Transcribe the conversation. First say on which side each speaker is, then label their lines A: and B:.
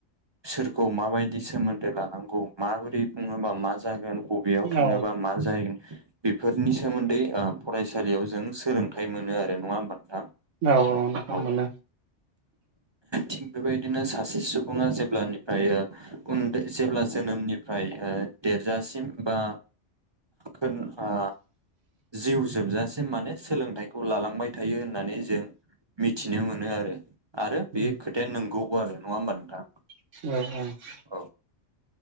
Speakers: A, on the right; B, on the right.
A: सोरखौ माबायदि सोमोन्दो लानांगौ माबोरै बुंङोबा मा जागोन? बेयाव थांङोबा
B: औ
A: मा जाहैगोन बेफोरनि सोमोन्दै फरायसालियाव जों सोलोंथ थाइ मोनो आरो नंङा होमबा नोंथां?
B: औ-औ नोंगौ
A: औ
B: मोनो।
A: थिग बेबायदिनो सासे सुबुंङा जेब्लानिफ्राय ओ उन्दै जेब्ला जोनोमनिफ्राय ओ देरजासिम बा होन आ जिउ जोबजासिम माने सोलोंथाइखौ खौ लालांबाय थायो होननानै जों मिथिनो मोनो आरो।
B: औ
A: बे खो दे नोंगौबो आरो नंङा होमबा नोंथां?
B: <unintelligible>
A: औ